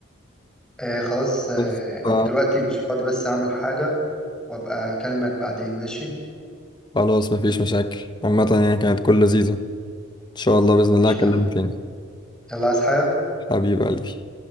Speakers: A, in the centre; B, on the left (about 20°).
A: آه خلاص آه
B: بس
A: أو
B: ف-
A: دلوقتي مش فاضي بس أعمل حاجة وأبقى أكلمك بعدين ماشي
B: خلاص مفيش مشاكل عامة يعني كانت كل لذيذة ان شاء الله بإذن الله
A: ماشي
B: اكلمك
A: يا عم
B: تاني
A: يلا عايز حاجة
B: حبيب قلبي